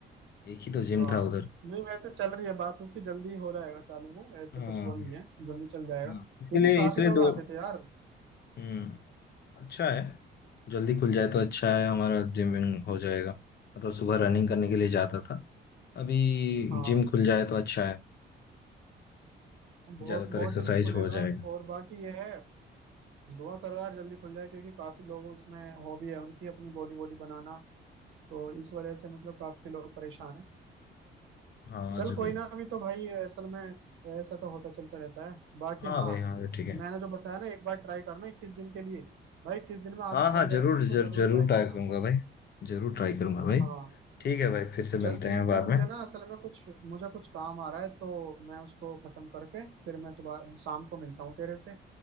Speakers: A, on the left; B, on the right.
A: एक ही तो जिम
B: हाँ
A: था उधर
B: नहीं वैसे चल रही है बात उसकी जल्दी ही हो जाएगा चालू वो ऐसे
A: हाँ
B: कुछ वो नहीं है जल्दी चल जाएगा
A: हाँ
B: क्योंकि
A: इसके लिए
B: काफी
A: इसलिए
B: लोग
A: दो
B: आते थे यार
A: हम्म अच्छा है जल्दी खुल जाए तो अच्छा है हमारा जिम विम हो जाएगा मतलब सुबह रनिंग करने के लिए जाता था अभी
B: हाँ
A: जिम खुल जाए तो अच्छा है
B: बहुत
A: ज्यादातर
B: बहुत
A: एक्सरसाइज
B: जल्दी खुलेगा
A: हो जाएगा
B: और बाकी ये है दुआ करो यार जल्दी खुल जाए क्योंकि काफी लोग उसमें हॉबी है उनकी अपनी बॉडी बॉडी बनाना तो इस वजह से मतलब काफी लोग परेशान हैं
A: हाँ
B: चल
A: जरूर
B: कोई ना अभी तो भाई असल में ऐसा तो होता चलता रहता है बाकी
A: हाँ
B: हाँ
A: भाई हाँ भाई ठीक है
B: मैंने जो बताया ना एक बार ट्राई करना इक्कीस दिन के लिए भाई इक्कीस दिन में आदत
A: हाँ हाँ
B: बन जाती
A: जरूर
B: है इसको
A: जरूर
B: जरूर
A: जरूर
B: ट्राई करना
A: ट्राई करूंगा भाई जरूर ट्राई करूंगा भाई
B: हाँ
A: ठीक है भाई फिर से मिलते
B: चल ठीक
A: हैं बाद
B: है मुझे
A: में
B: ना असल में कुछ मुझे कुछ काम आ रहा है तो मैं उसको खत्म करके फिर मैं दोबारा शाम को मिलता हूँ तेरे से